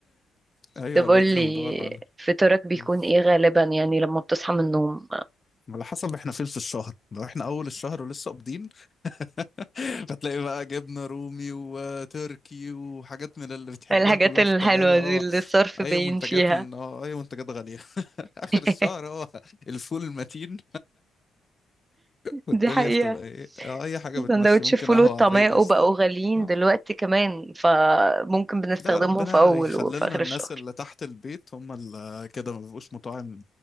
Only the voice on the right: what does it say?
طب
قول لي
فطارك بيكون
ايه غالبا يعني لما بتصحى من النوم
الحاجات
الحلوة
دي اللي الصرف
باين
فيها
<laughs>
دي حقيقة
سندوتش
الفول
والطعمية
وبقوا
غاليين
دلوقتي كمان فممكن بنستخدمهم
في أول
وفي آخر
الشهر